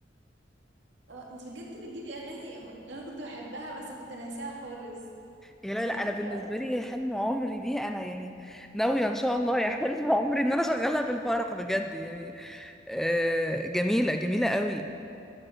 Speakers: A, on the right; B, in the centre.
A: اه انت بجد بتجيبي أغاني أنا كنت بحبها بس كنت ناساها خالص
B: يا لا
A: ذوقك
B: لا انا بالنسبه
A: حلو
B: لي حلم عمري دي انا يعني ناويه ان شاء الله يا حلم عمري ان انا اشغلها في الفرح بجد يعني آه، جميله جميله قوي